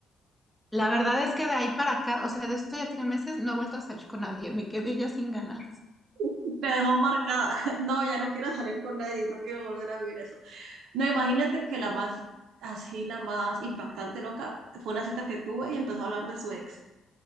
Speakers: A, in the centre; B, on the right (about 80°).
A: La verdad es que de ahí para acá, o sea, de esto ya tiene meses, no he vuelto a salir con nadie, me quedé ya sin ganas.
B: <laughs> Me dejó marcada. <laughs> No, ya no quiero salir con nadie, no quiero volver a vivir eso. No, imagínate que la más, así la más impactante, loca, fue una cita que tuve y empezó a hablar de su ex.